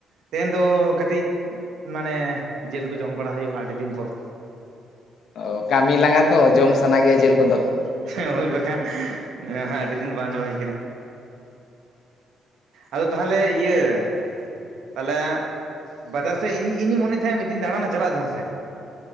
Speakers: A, on the right; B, on the left.
A: ᱛᱮᱦᱮᱱ ᱫᱚ ᱠᱟᱹᱴᱤᱡ ᱢᱟᱱᱮ ᱡᱮᱞ ᱠᱚ ᱡᱚᱢ ᱵᱟᱲᱟ ᱦᱩᱭᱩᱜᱼᱟ ᱟᱹᱰᱤ ᱫᱤᱱ ᱯᱚᱨ᱾
B: ᱚ ᱠᱟᱹᱢᱤ ᱞᱟᱸᱜᱟ ᱛᱚ ᱡᱚᱢ ᱥᱟᱱᱟ ᱜᱮᱭᱟ ᱡᱮᱞ ᱠᱚᱫᱚ ᱾
A: <unintelligible> ᱦᱳᱭ ᱵᱟᱠᱷᱟᱱ ᱟᱹᱰᱤ ᱮ ᱦᱮᱸ ᱟᱹᱰᱤ ᱫᱤᱱ ᱵᱟᱝ ᱡᱚᱢ ᱦᱩᱭ ᱠᱟᱱᱟ᱾ ᱟᱫᱚ ᱛᱟᱦᱚᱞᱮ ᱤᱭᱟᱹ ᱛᱟᱦᱚᱞᱮ ᱵᱟᱡᱟᱨ ᱥᱮᱫ ᱤᱧ ᱤᱧᱤᱧ ᱢᱚᱱᱮᱭᱮᱫ ᱛᱟᱸᱦᱮᱫ ᱢᱤᱫ ᱫᱤᱱ ᱫᱟᱬᱟᱱ ᱞᱟᱝ ᱪᱟᱞᱟᱜᱼᱟ ᱡᱟᱦᱟᱸ ᱥᱮᱫ᱾